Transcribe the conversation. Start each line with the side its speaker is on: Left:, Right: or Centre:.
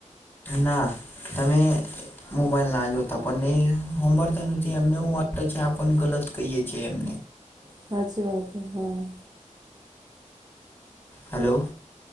Left: ના તમે. મોબાઈલ ના જોતા પણ નહી હોંભળતા નથી એમને વાત છે કે આપડે ગલત કહીએ છીએ એમ.
Right: હાચી વાત હા.
Left: હલો.